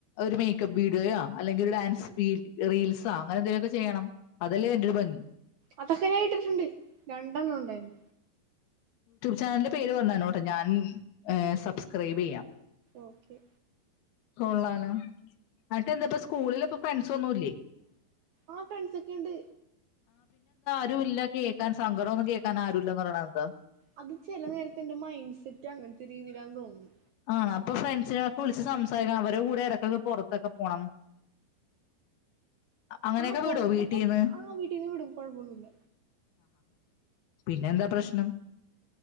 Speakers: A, on the left (about 65°); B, on the right (about 80°).
A: ഒരു മേക്കപ്പ് വീഡിയോയാ അല്ലെങ്കിലൊര് ഡാൻസ് വിടി റീൽസാ അങ്ങനെന്തെലൊക്കെ ചെയ്യണം അതല്ലേ അയ്ന്റോരു ഭങ്ങി
B: അതൊകെ ഞാൻ ഇട്ടിട്ടുണ്ട് രണ്ടെണ്ണം ഉണ്ടായിരുന്നു
A: ചാനല്ന്റെ പേര് പറഞ്ഞതരണോട്ടാ ഞാൻ സബ്സ്ക്രൈബെയ്യാം
B: ഓക്കെ
A: കൊള്ളാലോ എന്നിട്ട് എന്താപ്പ സ്കൂളില് ഇപ്പ ഫ്രണ്ട്സ ഒന്നുല്ലേ
B: ആ ഫ്രണ്ട്സൊക്കെയുണ്ട്
A: <unintelligible> കേൾക്കാൻ സങ്കടം ഒന്നും കേൾക്കാൻ ആരു ഇല്ലന്ന് പറയണന്താ
B: അത് ചെല ന്നേരത്ത് എന്റെ മൈൻഡ് സെറ്റ് അങ്ങൻത്തെ രീതിയിലാവും തോന്ന്ണ്
A: ആണഅപ്പൊ ഫ്രണ്ട്സിനൊക്കെ വിളിച്ച് സംസാരിക്കണം അവരെ കൂടെ എട കൈ പൊറത്തൊക്കെ പോണം അങ്ങനെയൊക്കെ
B: ആ പൊറത്തൊകപ്
A: വിടോ വീട്ടിൽ നിന്ന്
B: ആ വീട്ടിന്ന് വിടും കൊഴപ്പൊന്നില്ല
A: പിന്നെ എന്താ പ്രശ്നം